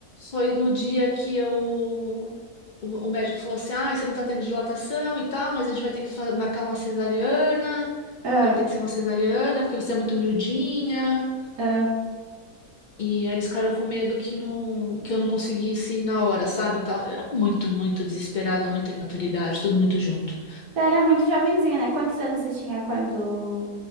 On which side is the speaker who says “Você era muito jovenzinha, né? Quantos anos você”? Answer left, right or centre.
Right